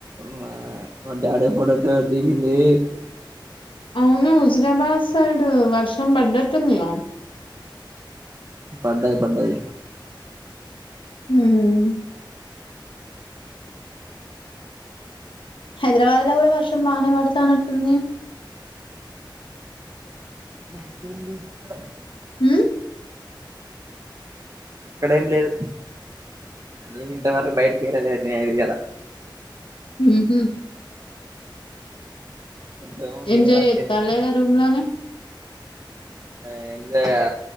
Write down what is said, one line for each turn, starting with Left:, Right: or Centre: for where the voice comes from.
Right: మా మా డాడే ఫోటోతో దిగిందీ
Left: అవును హుజురాబాద్ సైడ్ వర్షం బడ్డట్టు ఉందిగ
Right: పడ్డాయి పడ్డాయి
Left: హ్మ్ హైదరాబాద్లో కూడా వర్షం బనేవడతన్నట్టు ఉంది
Right: అంతేం లేదు ఇక్కడ
Left: హ్మ్
Right: ఇక్కడేం లేదు నేను ఇంతవరకు బయటికెళ్ళలేదు నేను అయితే ఈయళ
Left: మ్ హు
Right: కొంచెం ఫీవర్
Left: ఎంజాయ్
Right: వచ్చింది
Left: జేత్తాలే గ రూమ్లోనే ఇ
Right: ఏం జేయ్య